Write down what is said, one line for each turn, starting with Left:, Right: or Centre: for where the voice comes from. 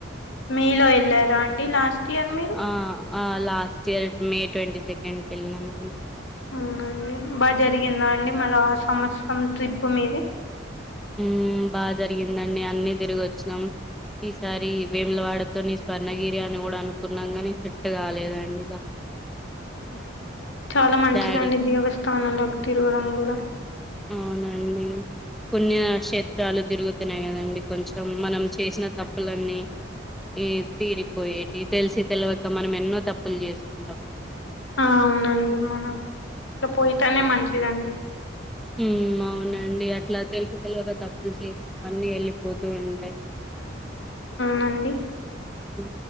Left: మేలో వెళ్ళారా అండి లాస్ట్ ఇయర్ మీరు.
Centre: ఆ ఆ last year May twenty second కెలినామండి
Left: అవునండి బాగా జరిగిందా అండి మళ్ళ ఆ సంవత్సరం ట్రిప్పు మీది
Centre: ఊ బాగా జరిగిందండి అన్ని తిరిగి వచ్చినం ఈసారి వేములవాడతోనీ స్వర్ణగిరి అని కూడా అనుకున్నాం గనీ సెట్ కాలేదండి ఇగ
Left: అవునా చాలా మంచిదండి
Centre: డాడీకి
Left: దేవస్థానాలోకి తిరగడం కూడా
Centre: అవునండి పుణ్యక్షేత్రాలు తిరుగు తెనే కదండి కొంచెం మనం చేసిన తప్పులన్నీ ఈ తీరిపోయేటి తెలిసి తెలివక మనం ఎన్నో తప్పులు చేసుంటాం
Left: ఆ అవునండి మనకు అట్లా పోయ్ తానే మంచిదండి
Centre: ఊ అవును నండి అట్లా తెలిసి తెలివక తప్పులు చేసినవన్నీ వెళ్ళిపోతూ ఉంటాయి
Left: నండి
Centre: ఊ